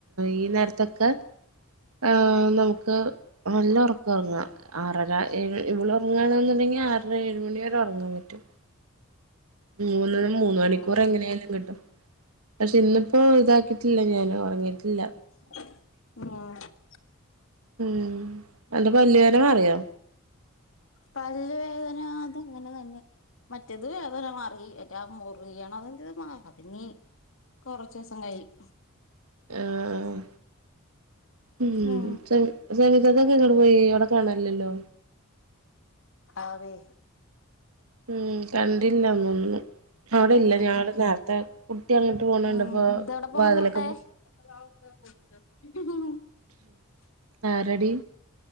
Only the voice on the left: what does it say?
ഉം
ആഹ
പല്ലുവേദന അത് അങ്ങനെ തന്നെ മറ്റേത് വേദന മാറി. എറ്റ മുറിയണതിൻ്റെ മടങ്ങി കൊറച്ച് ദിവസം കഴിയും.
ഉം
ആവേ
ഉം
ഉം ഇതവിടെ പോണ്
മുട്ടെ
<unintelligible>